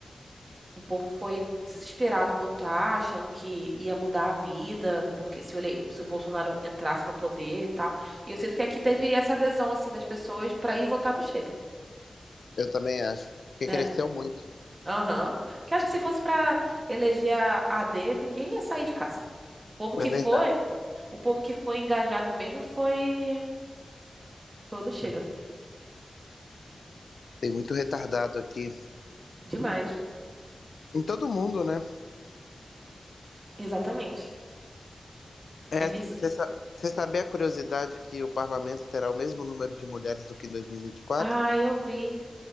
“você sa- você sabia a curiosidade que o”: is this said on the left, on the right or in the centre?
Left